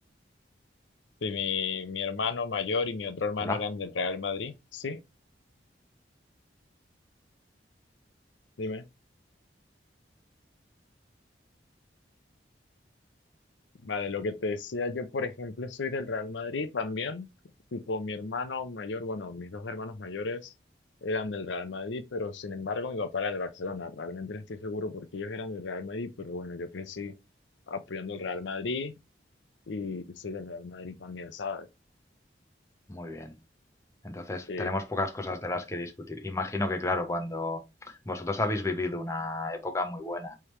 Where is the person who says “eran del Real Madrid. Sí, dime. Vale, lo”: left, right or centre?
Left